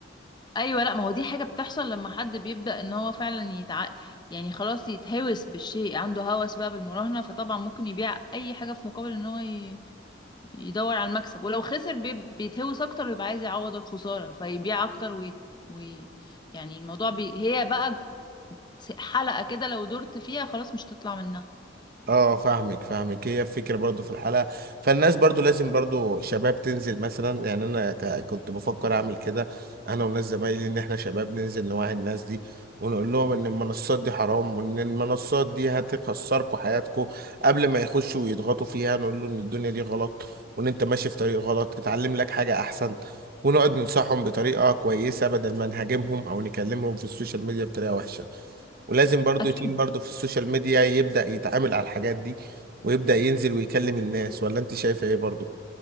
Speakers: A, on the left; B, on the right.
A: ايوه لا ما هو دي حاجه بتحصل لما حد بيبدا ان هو فعلا يتع... يعني خلاص يتهوس بالشيء عنده هوس بقى بالمراهنه فطبعا ممكن يبيع اي حاجه في مقابل ان هو ي... يدور على المكسب ولو خسر بي... بيتهوس اكتر ويبقى عايز يعوض الخساره فيبيع اكتر وي... وي... يعني الموضوع بي... هي بقى ج- حلقه كده لو درت فيها خلاص مش تطلع منها
B: اه فاهمك فاهمك هي الفكره برضو في الحلقه فالناس برضو لازم برضو شباب تنزل مثلا يعني انا ك- كنت بفكر اعمل كده انا والناس زمايلي ان احنا شباب ننزل نوعي الناس دي ونقول لهم ان المنصات دي حرام وان المنصات دي هتخسركم حياتكم قبل ما يخشوا ويضغطوا فيها نقول له ان الدنيا دي غلط وان انت ماشي في طريق غلط اتعلم لك حاجه احسن ونقعد ننصحهم بطريقه كويسه بدل ما نهاجمهم او نكلمهم في السوشيال ميديا بطريقه وحشه ولازم برضو
A: اكيد
B: يتيم برضو في السوشيال ميديا يبدأ يتعامل على الحاجات دي ويبدأ ينزل ويكلم الناس ولا انت شايفة ايه برضو